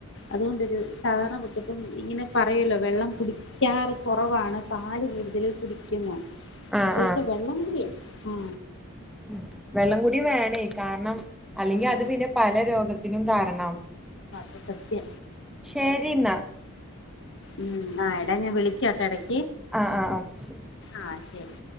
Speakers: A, on the left; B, in the centre.
A: അതുകൊണ്ടൊരു സാധാരണ കുട്ടപ്പം ഇങ്ങനെ പറയല്ലോ വെള്ളം കുടിക്കാറ് കുറവാണ് പാല് കടുതൽ കുടിക്കുന്നു
B: ആഹ്
A: ദശം വെള്ളംകടി ഉ
B: ഉ വെള്ളം കൂടി വേണേ കാരണം അല്ലെങ്കിൽ
A: ഉം
B: അത് പിന്നെ പല രോഗത്തിനും കാരണം
A: ത സത്യ
B: ശരിന
A: ഉം ആ എടാ ഞാൻ വിളിക്കാംാട്ടെ ഇടക്ക്
B: ആഹ ആഹ ശ
A: ആഹ് ശരി